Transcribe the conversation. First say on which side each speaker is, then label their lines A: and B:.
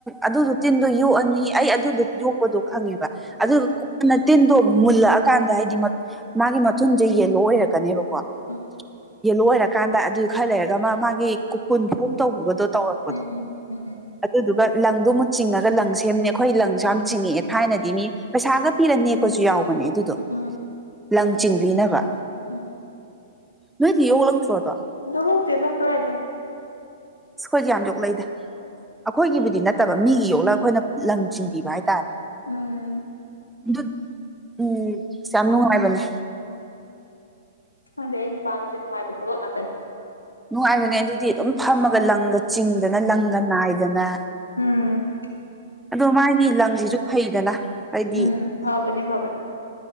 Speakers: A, in the centre; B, on the left (about 80°).
A: ꯑꯗꯨꯗꯣ ꯇꯤꯟꯗꯣ ꯌꯣꯛꯑꯅꯤ ꯑꯩ ꯑꯗꯨꯗꯣ ꯌꯣꯛꯄꯗꯣ ꯈꯪꯉꯦꯕ ꯑꯗꯨ
B: ꯎꯝ
A: ꯀꯣꯟꯅ ꯇꯤꯟꯗꯣ ꯃꯨꯜꯂꯛꯑꯀꯥꯟꯗ ꯍꯥꯏꯗꯤ ꯃꯥꯒꯤ ꯃꯊꯨꯝꯁꯦ ꯌꯦꯂꯣ ꯑꯣꯏꯔꯛꯀꯅꯦꯕꯀ ꯀ
B: ꯎꯝ
A: ꯌꯦꯂꯣ ꯑꯣꯏꯔꯀꯥꯟꯗ ꯑꯗꯨ ꯈꯔ ꯂꯩꯔꯒ ꯃꯥ ꯃꯥꯒꯤ ꯀꯨꯀꯨꯟ ꯐꯣꯝ ꯇꯧꯕꯒꯗꯣ ꯇꯧꯔꯛꯄꯗꯣ
B: ꯎꯝ ꯎꯝ
A: ꯑꯗꯨꯗꯨꯒ ꯂꯪꯗꯨ ꯑꯃꯨꯛ ꯆꯤꯡꯉꯒ ꯂꯪ ꯁꯦꯝꯕꯅꯦ ꯑꯩꯈꯣꯏ ꯂꯪꯁꯨ ꯌꯥꯝ ꯆꯤꯡꯉꯛꯑꯦ ꯊꯥꯏꯅꯗꯤ ꯃꯤ ꯄꯩꯁꯥꯒ ꯄꯤꯔ ꯅꯦꯛꯄꯁꯨ ꯌꯥꯎꯕ ꯃꯅꯦ ꯑꯗꯨꯗꯣ
B: ꯎꯝ
A: ꯂꯪ ꯆꯤꯡꯕꯤꯅꯕ
B: ꯎꯝ
A: ꯅꯣꯏꯗꯤ ꯌꯣꯛꯂꯛꯇ꯭ꯔꯣꯗꯣ
B: ꯔꯁ ꯇꯖꯥꯛ ꯀꯥꯏꯗꯦꯝ
A: ꯑꯩꯈꯣꯏꯁꯦ ꯌꯥꯝ ꯌꯣꯛꯂꯗ ꯑꯩꯈꯣꯏꯒꯤꯕꯨꯗꯤ ꯅꯠꯇꯕ ꯃꯤꯒꯤ ꯌꯣꯛꯂꯒ ꯑꯩꯈꯣꯏꯅ ꯂꯪ ꯆꯤꯡꯕꯤꯕ ꯍꯥꯏꯇꯥꯔꯦ
B: ꯎꯝ
A: ꯑꯗꯨ ꯎꯝ ꯑꯁ ꯌꯥꯝ ꯅꯨꯡꯉꯥꯏꯕꯅꯦ
B: ꯍꯪꯗꯦ ꯑꯩꯅ ꯄꯥꯝꯃꯤꯁꯦ ꯅꯨꯡꯉꯥꯏꯕ ꯊꯕꯛ ꯉꯥꯛꯇꯅꯤ
A: ꯅꯨꯡꯉꯥꯏꯕꯅꯦ ꯑꯗꯨꯗꯤ ꯑꯗꯨꯝ ꯐꯝꯃꯒ ꯂꯪꯒ ꯆꯤꯡꯗꯅ ꯂꯪꯒ ꯅꯥꯏꯗꯅ
B: ꯎꯝ
A: ꯑꯗꯣ ꯃꯥꯒꯤ ꯂꯪꯁꯤꯁꯨ ꯐꯩꯗꯅ ꯍꯥꯏꯗꯤ
B: ꯎꯝ ꯐꯕꯅꯤ ꯐꯕꯅꯤ